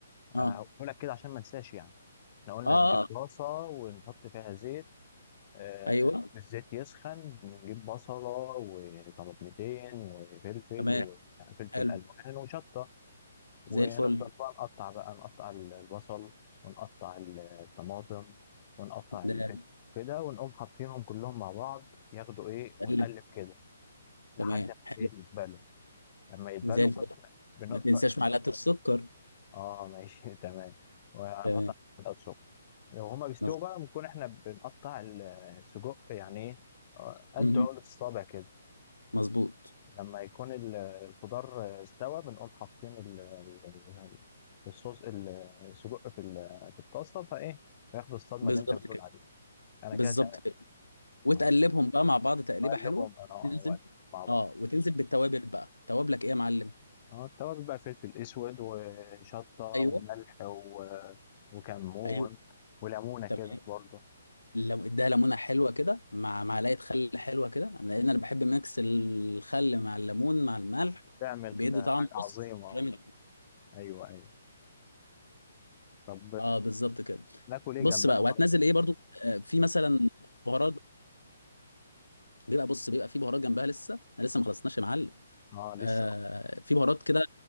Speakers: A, on the left; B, on the left.
A: آه،
B: اه
A: هقوله لك كده عشان ما انساش يعني احنا قلنا
B: اه,
A: نجيب
B: آه.
A: طاسة ونحط فيها زيت آه،
B: ايوه
A: الزيت يسخن نجيب بصلة وطماطمتين وفلفل
B: تمام
A: وفلفل
B: حلو
A: ألوان وشطة ونفضل
B: زي الفل
A: بقى نقطع بقى نقطع البصل ونقطع الطماطم ونقطع
B: ده
A: الفلفل كده ونقوم حاطينهم كلهم مع بعض ياخدوا ايه ونقلب
B: اللي
A: كده لحد
B: تمام
A: ما
B: حلو
A: إيه يتبلوا لما يتبلوا
B: زي الفل
A: كده بنقطع
B: ما تنساش معلقه السكر
A: اه ماشي <laughs> تمام وهنحط
B: تمام
A: على الشطة لو هما بيستووا
B: مظبوط
A: بقى بنكون احنا بنقطع ال- السجق يعني ايه آه، قد
B: مهم.
A: عقلة الصابع كده
B: مظبوط.
A: لما يكون ال- الخضار استوى بنقوم حاطين ال- ال- الصوص ال- السجق في ال- في الطاسة فايه فياخدوا الصدمة
B: بالظبط
A: اللي انت بتقول
B: كده
A: عليها انا
B: بالظبط
A: كده تمام
B: كده وتقلبهم
A: اه
B: بقى مع بعض تقليبه
A: واقلبهم
B: حلوه
A: انا
B: تنزل
A: اه وأقلبهم مع بعض
B: اه وتنزل بالتوابل بقى توابلك ايه يا معلم
A: اه التوابل بقى فلفل اسود وشطة وملح
B: ايوه
A: و... وكمون
B: ايوه
A: وليمونة
B: تمام
A: كده برضو
B: لو اديها ليمونه حلوه كده مع معلقه خل حلوه كده أنا- لان انا بحب ميكس الخل مع الليمون مع الملح
A: بيعمل
B: بيدي طعم
A: حاجة عظيمة
B: بص جامد
A: ايوه ايوه طب
B: اه بالظبط كده
A: ناكل ايه
B: بص
A: جنبها
B: بقى
A: طبعا
B: وهتنزل ايه برضو آه في مثلا بهارات بيبقى بص بيبقى في بهارات جنبها لسه انا لسه ما خلصناش يا معلم
A: اه
B: آه
A: لسه اه
B: في بهارات كده